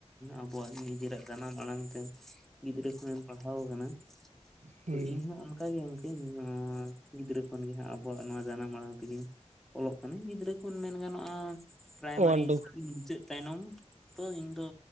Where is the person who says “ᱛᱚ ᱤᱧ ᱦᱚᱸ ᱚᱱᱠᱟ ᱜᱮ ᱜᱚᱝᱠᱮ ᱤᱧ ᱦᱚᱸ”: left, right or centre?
Centre